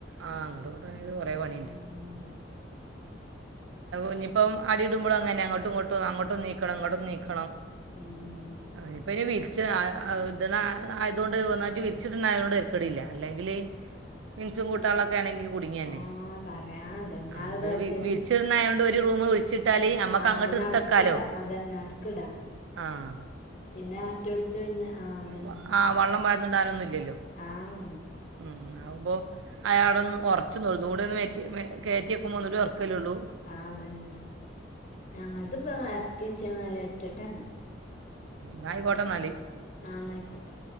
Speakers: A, on the right (about 85°); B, on the left (about 35°).
A: ആ അങ്ങോട്ട് ഇങ്ങട്ട് കുറെ പണിയുണ്ട്
B: ഉം
A: ഇനിയിപ്പം അടി ഇടുമ്പോഴ അങ്ങനെനെ അങ്ങോട്ടും ഇങ്ങട്ടും അങ്ങോട്ടും നീക്കണം ഇങ്ങോട്ടും നീക്കണം
B: ഉം
A: ആഹ് ഇവര് വിരിച്ച് അഹ് അഹ് ഇതണ ആയതോണ്ട് ഒന്നായിട്ട് വിരിച്ചിട് ണായൊണ്ട് തരക്കടില്ല അല്ലെങ്കില്. മിൻസും കൂട്ടളൊക്കെണെങ്കി കുടുങ്ങിയന്നെ
B: ആഹ് പറയാണ്ട് ഇന്നാ
A: അത്
B: കജ്ജല്
A: വിഹ് വിഹ്. ച്ചിറിണായോണ്ട് ഒരു റൂമ് ഒഴിച്ചിട്ടാല് അമ്മക്ക്
B: ആഹ്
A: അങ്ങട്ട്
B: പിന്നെ
A: ഇട്ത്തക്കാലോ.
B: അവ്ട്ക്ക്ടാ അതന്നെ അവ്ട്ക്ക്ടാ
A: ആഹ്.
B: പിന്നെ മറ്റെടുത്ത് പിന്നെ ആഹ് തന്നെ.
A: വ- ആ വെള്ളം പാർന്ന്ടാനൊന്നുല്ലല്ലോ.
B: ആഹ് ഉം.
A: ഉം ആവുമ്പോ അയാള ഒന്ന് ഉറച്ചന്നോള്ളത കൂടെ ഒന്ന്റ്റി കയറ്റിയക്കുമ്പോന്നൂടെ ഒറക്കും. കലുള്ളൂ.
B: ആഹ് അതന്നെ ഞങ്ങത് ഇപ്പ എറക്കി വെച്ചാണ് നല്ല ഇട്ടിട്ടന്ന്.
A: നായികോട്ട ന്നാല്.
B: ആഹ് ന്നയിക്കോട്ടെ.